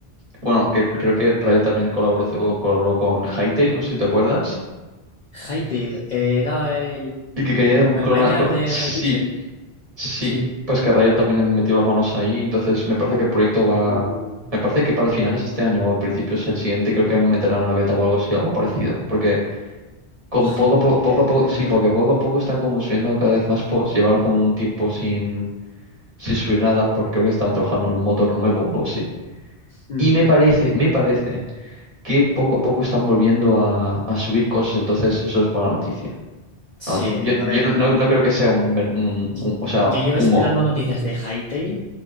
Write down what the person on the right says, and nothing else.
bueno, que creo que Rayo también colaboró, o colaboró con Hytale, no sé si te acuerdas.
Y que quería
clonar-
clo-
Sí,
sí.
Pues que Rayo también metió las manos ahí. Entonces me parece que el proyecto va.
Me parece que para finales de este año o principios el siguiente creo que meterán una beta o algo así, algo parecido. Porque con
poco a poco,
poco a poco,
sí,
porque poco a poco están como subiendo cada vez más posts. Llevaron como un tiempo sin. sin subir nada, porque creo que están trabajando en un motor nuevo o algo así.
Y me parece, me parece que poco a poco están volviendo a, a subir cosas, entonces eso es buena noticia.
Vamos, yo,
yo
no, no- no creo que sea un, ven- un-
un- o sea,
humo.